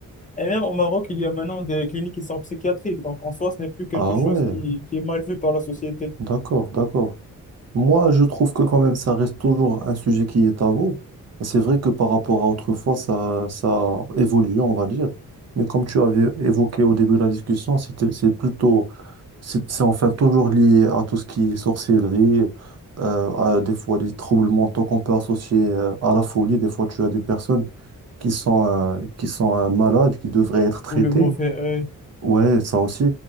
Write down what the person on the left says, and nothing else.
Et même au Maroc, il y a maintenant des cliniques qui sont psychiatriques, donc en soi, ce n'est plus quelque
chose
qui, qui est mal vu par la société.
ou le mauvais œil.